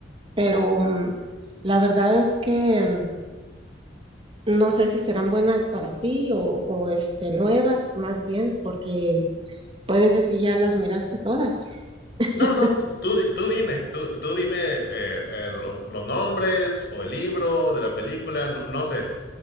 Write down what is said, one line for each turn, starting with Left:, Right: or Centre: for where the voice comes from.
Right: pero mm, la verdad es que mm, no sé si serán buenas para ti o, o este, nuevas, más bien, porque puede ser que ya las miraste todas. <laughs>
Left: No, no, tú, tú di- tú dime, tú, tú dime eh, eh, los, los nombres o el libro de la película, no, no sé.